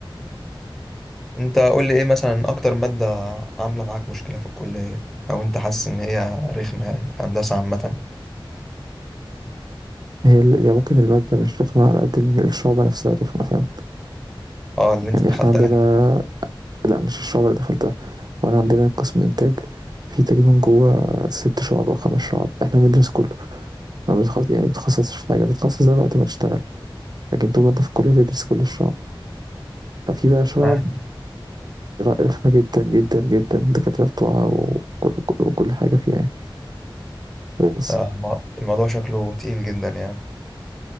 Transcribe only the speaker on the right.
هي ال- هي ممكن المادة مش رخمة على قد إن الشعبة نفسها رخمة فاهم
يعني
احنا عندنا لا مش الشعبة اللي دخلتها وانا عندنا قسم إنتاج في تقريبا جوه ست شعب أو خمس شعب احنا بندرس كله ما بنتخصص يعني بتخصصش في حاجة بتتخصص ده وقت ما تشتغل لكن طول ما انت في الكلية بتدرس كل الشعب ففي بقى شعب
رخمة جدا جدا جدا الدكاترة بتوعها وكل, وكل وكل حاجة فيها يعني بس